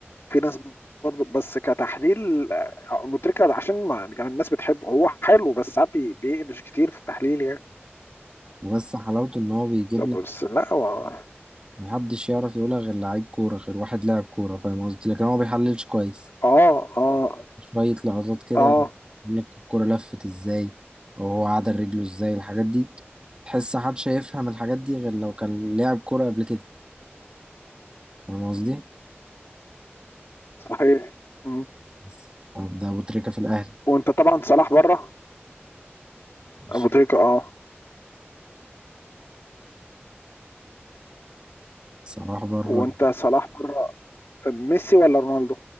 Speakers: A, on the left; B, on the right.
A: في ناس برضه بس كتحليل آه، متركه عشان ما يعني الناس بتحبه هو حلو بس ساعات بي- بيقلش كتير في التحليل يعني
B: بس حلاوته ان هو بيجيب
A: طب
B: لك
A: بس لا هو
B: محدش يعرف يقولها غير لعيب كوره غير واحد لاعب كوره فاهم قصدي لكن هو ما بيحللش كويس
A: اه اه
B: شويه لقطات كده
A: اه
B: يقول لك الكوره لفت ازاي وهو عدل رجله ازاي الحاجات دي تحس محدش هيفهم الحاجات دي غير لو كان لاعب كوره قبل كده فاهم قصدي
A: صحيح مم.
B: بس طب ده ابو تريكه في الاهلي
A: وانت طبعا صلاح بره
B: ماشي
A: ابو تريكه اه
B: صلاح بره
A: وانت صلاح بره ميسي ولا رونالدو